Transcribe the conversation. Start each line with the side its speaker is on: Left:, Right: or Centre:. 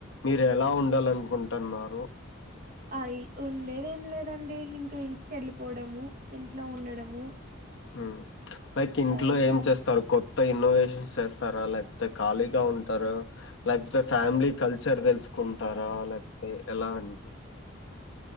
Left: మీరు ఎలా ఉండాల అనుకుంటున్నారు?
Right: అయి ఉండేది ఏం లేదండి ఇ తు ఇంటికి వెళ్ళిపోవడము, ఇంట్లో ఉండడము.
Left: ఉ పైక్ ఇంట్లో
Right: అవంతా
Left: ఏం చేస్తారు కొ త ఇన్నోవేషన్స్ చేస్తారా, లేకపోతే ఖాళీగా ఉంటారా, లేకపోతే ఫ్యామిలీ కల్చర్ తెల్సుక్ కుంటారా లేకపోతే ఎలా అండి